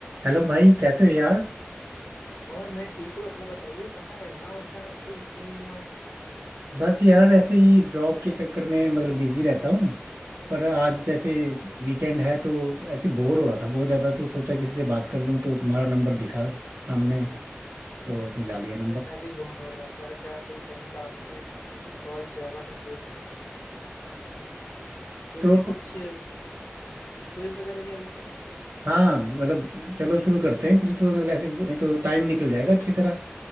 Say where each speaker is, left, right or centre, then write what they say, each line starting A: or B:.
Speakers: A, on the right; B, on the left.
A: Hello भाई कैसे हो यार
B: और मैं ठीक हूँ अपना बताइए कहाँ रहना होता है आजकल दिखते नहीं है आप
A: बस यार ऐसे ही जॉब के चक्कर में मतलब बिजी रहता हूँ पर आज जैसे वीकेंड है तो ऐसे बोर हो रहा था बहुत ज़्यादा तो सोचा किसी से बात कर लूँ तो तुम्हारा नंबर दिखा सामने तो मिला लिया नंबर
B: अरे मैं भी बोर हो रहा था क्या सही टाइम पे आपने कॉल किया व्हाट अ कोइंसिडेंस चलिए
A: तो
B: कुछ क्विज वगैरह खेलते हैं
A: हाँ मतलब चलो शुरू करते हैं कुछ तो मतलब ऐसे नहीं तो टाइम निकल जाएगा अच्छी तरह